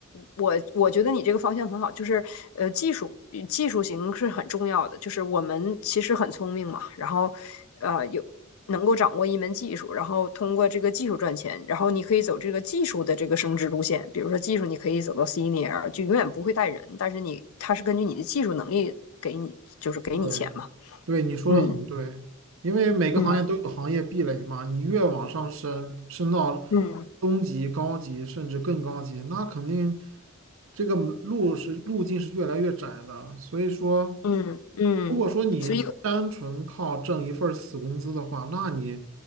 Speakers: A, on the left (about 75°); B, on the right (about 65°).
A: 我我觉得你这个方向很好，就是呃，技术技术型是很重要的。就是我们其实很聪明嘛，然后呃有能够掌握一门技术，然后通过这个技术赚钱，然后你可以走这个技术的这个升职路线。比如说技术，你可以走到 senior，就永远不会带人，但是你它是根据你的技术能力给你，就是给你钱嘛。
B: 对，对，你说的很对，
A: 嗯
B: 因为每个行业都有行业壁垒嘛，
A: 嗯
B: 你越往上升，升到
A: 嗯
B: 中级、高级，甚至更高级，那肯定这个门路是路径是越来越窄的。所以说，
A: 嗯嗯嗯，
B: 如果说你单纯靠挣一份儿死工资的话，
A: 所以
B: 那你